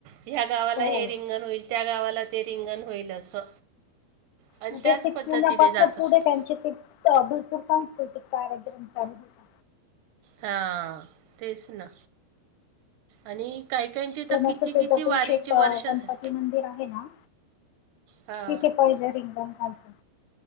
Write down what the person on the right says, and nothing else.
ह्या गावाला
हे रिंगण होईल त्या गावाला ते रिंगण होईल असं. आणि
त्याच
पद्धतीने
जातात
हां तेच ना आणि काही कायींचे
तर किती
किती
वारीचे
वर्ष झाले
हां.